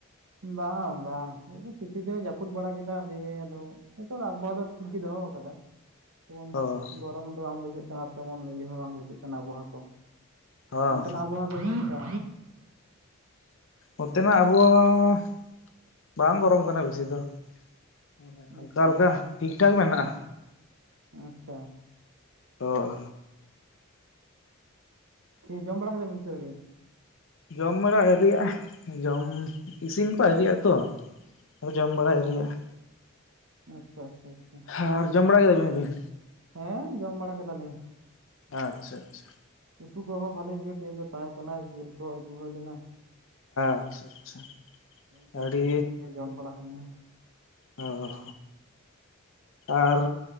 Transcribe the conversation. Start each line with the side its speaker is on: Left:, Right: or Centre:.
Right: ᱵᱟᱝ ᱵᱟᱝ ᱢᱤᱫ ᱫᱤᱱ ᱠᱤᱪᱷᱩ ᱫᱤᱱᱮ ᱡᱟᱹᱯᱩᱫ ᱵᱟᱲᱟ ᱠᱮᱫᱟ ᱫᱤᱭᱮ ᱟᱫᱚ ᱱᱤᱛᱚᱝ ᱟᱵᱚᱦᱟᱣᱟ ᱫᱚ ᱴᱷᱤᱠ ᱜᱮ ᱫᱚᱦᱚ ᱟᱠᱟᱫᱟ᱾ ᱡᱮᱢᱚᱱ
Left: ᱚ
Right: ᱜᱚᱨᱚᱢ ᱫᱚ ᱵᱟᱝ ᱵᱩᱡᱷᱟᱹᱜ ᱠᱟᱱᱟ ᱛᱮᱢᱚᱱ ᱤᱭᱟᱹ ᱦᱚᱸ ᱵᱟᱝ ᱵᱩᱡᱷᱟᱹᱜ ᱠᱟᱱᱟ ᱟᱵᱚᱦᱟᱣᱟ ᱠᱚ᱾
Left: ᱦᱚᱸ
Right: ᱚᱱᱛᱮᱱᱟᱜ ᱟᱵᱚᱦᱟᱣᱟ ᱫᱚ ᱪᱮᱫ ᱞᱮᱠᱟ?
Left: ᱚᱱᱛᱮ ᱱᱟᱜ ᱟᱵᱚᱦᱟᱣᱟ ᱚᱸ ᱵᱟᱝ ᱜᱚᱨᱚᱢ ᱠᱟᱱᱟ ᱵᱮᱥᱤ ᱫᱚ ᱢᱟᱱᱮ ᱦᱟᱞᱠᱟ
Right: ᱟᱪᱪᱷᱟ
Left: ᱦᱟᱞᱠᱟ᱾ ᱴᱷᱤᱠ ᱴᱷᱟᱠ ᱢᱮᱱᱟᱜᱼᱟ
Right: ᱟᱪᱷᱟ
Left: ᱦᱳᱭ
Right: ᱡᱚᱢ ᱵᱟᱲᱟ ᱠᱮᱫᱟ ᱵᱤᱱ ᱥᱮ ᱟᱹᱣᱨᱤ
Left: ᱡᱚᱢ ᱵᱟᱲᱟ ᱟᱹᱣᱨᱤ ᱟ, ᱡᱚᱢ, ᱤᱥᱤᱱ ᱠᱚ ᱟᱹᱣᱨᱤᱟᱛᱚ ᱟᱫᱚ ᱡᱚᱢ ᱵᱟᱲᱟ ᱟᱹᱭᱨᱤ ᱭᱟᱜᱼᱟ᱾
Right: ᱟᱪᱪᱷᱟ ᱟᱪᱪᱷᱟ ᱟᱪᱪᱷᱟ
Left: ᱦᱮᱸ ᱟᱨ ᱡᱚᱢ ᱵᱟᱲᱟ ᱠᱮᱫᱟ ᱵᱤᱱ ᱟᱵᱤᱱ?
Right: ᱦᱮᱸ ᱡᱚᱢ ᱵᱟᱲᱟ ᱠᱮᱫᱟᱞᱤᱧ᱾
Left: ᱟᱪᱪᱷᱟ ᱟᱪᱪᱷᱟ
Right: ᱩᱛᱩ ᱠᱚᱦᱚᱸ ᱵᱟᱹᱞᱤ ᱜᱮ ᱛᱮᱦᱮᱧ ᱫᱚ ᱛᱟᱦᱮᱸ ᱠᱟᱱᱟ ᱡᱤᱞ ᱠᱚ ᱟᱹᱜᱩ ᱦᱩᱭ ᱞᱮᱱᱟ᱾
Left: ᱟᱪᱪᱷᱟ ᱟᱪᱪᱷᱟ
Right: ᱡᱤᱞ
Left: ᱟᱹᱰᱤ
Right: ᱠᱩ ᱟᱛᱮ ᱜᱮ ᱡᱚᱢ ᱵᱟᱲᱟ ᱦᱩᱭᱱᱟ᱾
Left: ᱚᱸ ᱟᱨ